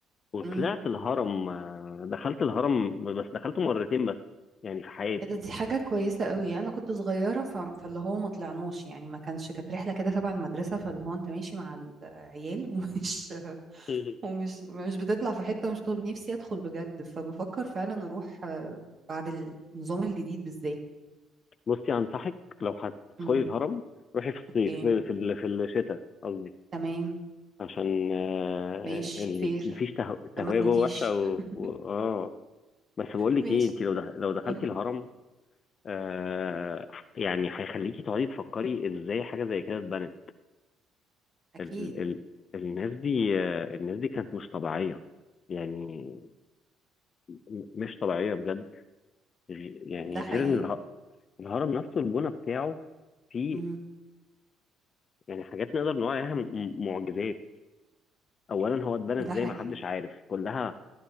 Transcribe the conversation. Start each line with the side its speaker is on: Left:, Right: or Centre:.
Left: وطلعت
Right: امم
Left: الهرم آه، دخلت الهرم بس دخلته مرتين بس يعني في حياتي
Right: إيه ده دي حاجة كويسة قوي أنا كنت صغيرة ف... فاللي هو ما طلعناش يعني ما كانش كانت رحلة كده تبع المدرسة فاللي هو أنت ماشي مع العيال <laughs> ومش
Left: <laughs>
Right: ومش مش بتطلع في حتة مش طول نفسي أدخل بجد فبفكر فعلا أروح آه، بعد النظام الجديد بالذات
Left: بصي انصحك لو هتدخلي
Right: امم
Left: الهرم روحي في الصيف
Right: أوكي
Left: في في ال- في الشتاء قصدي
Right: تمام
Left: عشان آه،
Right: ماشي
Left: ال-
Right: فير
Left: مفيش تهو- تهويه
Right: ما تموتيش
Left: جوه وحشه و...
Right: <laughs>
Left: و... اه بس بقول لك
Right: ماشي
Left: ايه انت لو دخ... لو دخلتي
Right: قول
Left: الهرم آه يعني هيخليكي تقعدي تفكري ازاي حاجه زي كده اتبنت
Right: أكيد
Left: ال ال الناس دي آه الناس دي كانت مش طبيعيه يعني م- مش طبيعيه بجد غ- يعني
Right: ده حقيقي
Left: غير ان اله- الهرم نفسه البنى بتاعه فيه
Right: امم
Left: يعني حاجات نقدر نقول عليها م- م- معجزات اولا هو اتبنى
Right: ده
Left: ازاي
Right: حقيقي
Left: محدش عارف كلها